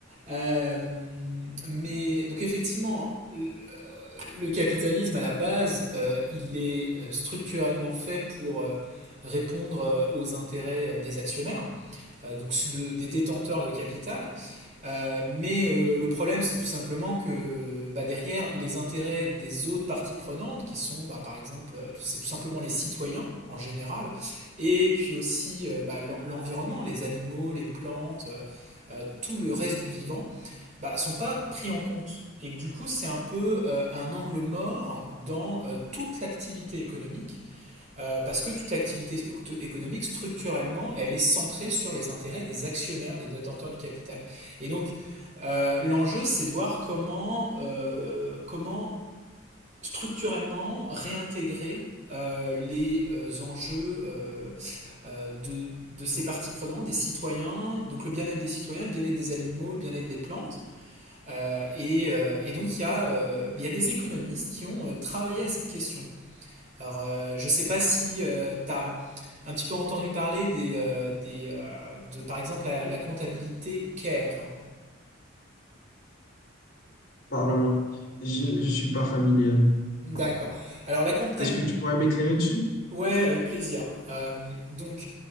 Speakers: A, on the right; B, on the left.
A: Euh, mais donc, effectivement, le le capitalisme à la base, euh, il est euh, structurellement fait pour euh, répondre euh, aux intérêts euh, des actionnaires, euh, donc ceux de- des détenteurs de capital. Euh, mais euh, le problème, c'est tout simplement que bah, derrière, les intérêts des autres parties prenantes, qui sont bah, par exemple, euh, c'est tout simplement les citoyens en général, et puis aussi euh, bah, l'environnement, les animaux, les plantes, euh, euh, tout le reste du vivant, bah, sont pas pris en compte. Et du coup, c'est un peu euh, un angle mort dans euh, toute l'activité économique euh, parce que toute l'activité économique, structurellement, elle est centrée sur les intérêts des actionnaires, des détenteurs du capital. Et donc, euh, l'enjeu, c'est de voir comment, euh, comment structurellement réintégrer euh, les euh, enjeux euh, euh, de, de, ces parties prenantes, des citoyens, donc le bien-être des citoyens, le bien-être des animaux, le bien-être des plantes. Euh, Et, euh, et, donc, il y, a, euh, il y a des économistes qui ont euh, travaillé à cette question. Alors, euh, je sais pas si euh, tu as un petit peu entendu parler des, euh, des, euh, de, par exemple, la, la comptabilité CARE.
B: Pas vraiment. Je ne suis pas familier.
A: D'accord. Alors, la comptabilité.
B: Est-ce que tu pourrais m'éclairer dessus?
A: Ouais, avec plaisir. Euh, donc,